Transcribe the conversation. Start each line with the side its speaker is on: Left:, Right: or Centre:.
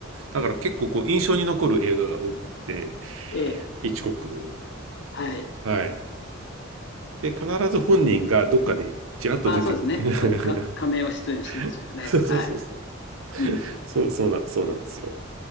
Right: だから結構こう印象に残る映画が多くって、
Left: ええ、
Right: ヒッチコック。
Left: はい。
Right: はい。で、必ず本人がどっかでちらっと出てくる。
Left: ああ、そうですね。か、か、亀を出演してますよね。
Right: <laughs> そうそうそうそう。
Left: はい。うん、うん。
Right: そう、そうなん、そうなんですよ。